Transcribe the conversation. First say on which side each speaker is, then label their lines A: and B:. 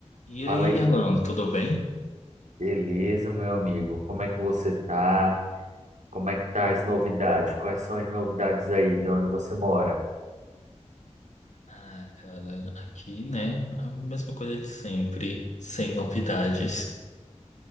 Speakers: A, on the left; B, on the right.
A: E aí,
B: Fala aí,
A: Alan, tudo bem?
B: beleza, meu amigo? Como é que você tá? Como é que tá as novidades? Quais são as novidades aí de onde você mora?
A: Ah, cara, aqui, né? A mesma coisa de sempre, sem novidades.